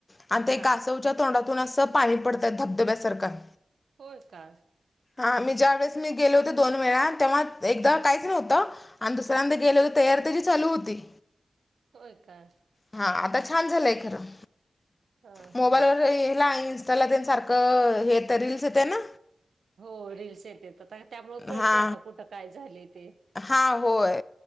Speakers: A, on the left; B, on the right.
A: आणि ते
B: हा
A: कासवच्या तोंडातून असं पाणी पडतात धबधब्यासारखं
B: होय का.
A: हा मी ज्या वेळेस मी गेले होते दोन वेळा तेव्हा एकदा काहीच नव्हतं आणि दुसऱ्यांद गेले तर तयार त्याची चालू होती.
B: होय का.
A: हा आता छान झालंय खरं
B: हा
A: मोबाईल
B: हा
A: वरला ईस. <unintelligible> व्याला ते सारख हे तर रिल्स येते ना.
B: हो रील्स येते तर त्यामुळ कळतय
A: हा
B: आता कुठं काय झालंय ते.
A: हा होय